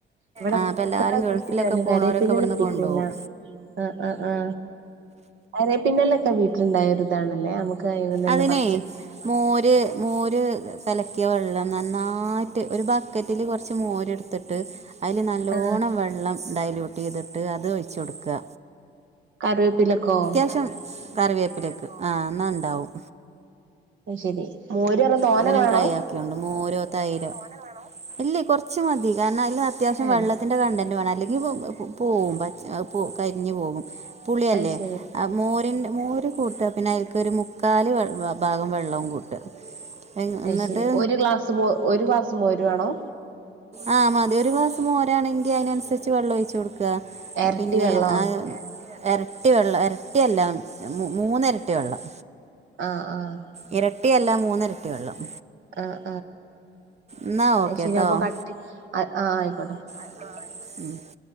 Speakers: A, on the right; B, on the right.
A: ഇവിടെ
B: ആ
A: എത്ര
B: അപ്പം എല്ലാവരും ഗൾഫിലൊക്കെ
A: കുഴിച്ചിട്ടാലും
B: പോണോരൊക്കെ
A: കറിവേപ്പില
B: ഇവിടുന്ന്
A: പിടിക്കൂല്ല
B: കൊണ്ടുപോകും
A: ആഹ് ആഹ് ആ കറിവേപ്പില വീട്ടിലുണ്ടായ ഒരു ഇതാണല്ലേ നമുക്ക് അയിമന്ന് തന്നെ
B: അതിനെ
A: പറിച്ച്
B: മോര് മോര് കലക്കിയ വെള്ളം നന്നായിട്ട് ഒരു ബക്കറ്റിൽ കുറച്ച് മോരെടുത്തിട്ട് ട്ട് അതിൽ നല്ലവോണം
A: ആ
B: വെള്ളം ഡയലയൂട്ട് ചെയ്തിട്ട് അത് ഒഴിച്ച കൊടുക്കുക
A: കറിവേപ്പിലക്കോ
B: <unintelligible> കറിവേപ്പിലേക്ക് ആ എന്ന ഉണ്ടാവും
A: അ ശരി മോര് പറഞ്ഞ തോനെ
B: അങ്ങനെ
A: വേണോ
B: ട്രൈ ആക്കിണ്ട് മോരോ തൈരോ ഇല്ലേ കൊറച്ച മതി കാരണം അല്ല അത്യാവശ്യം
A: ഏ
B: വെള്ളത്തിന്റെ കണ്ടന്റ് വേണം അല്ലെങ്കി പോവും പോവും കരിഞ്ഞു പോവും പുളിയല്ലേ
A: അത് ശരി
B: ആ മോരിന്റെ മോര് കൂട്ടുക പിന്നെ അതിൽക്കൊരു മുക്കാൽ ഭാഗം വെള്ളവും കൂട്ടുക എന്നിട്ട്
A: അഹ് ശരി ഒരു ഗ്ലാസ് ഒരു ഗ്ലാസ് മോര് വേണോ
B: ആഹ് മതി ഒരു ഗ്ലാസ് മോരാ ആണെങ്കി അയിനനുസരിച്ച് വെള്ളം ഒഴിച്ച് കൊടുക്ക
A: എരട്ടി
B: പിന്നെ
A: വെള്ളോ
B: ആ എരട്ടി വെള്ളം എരട്ടിയല്ല മൂന്ന് എരട്ടി വെള്ളം
A: ആഹ് ആഹ്
B: ഇരട്ടിയ അല്ല മൂന്ന എരട്ടി വെള്ളം
A: ആഹ്
B: എന്നാൽ ഓക്കെ
A: അഹ്
B: കേട്ടോ
A: ശരിയാ കട്ടി ആ ആയിക്കോട്ടെ
B: ആഹ്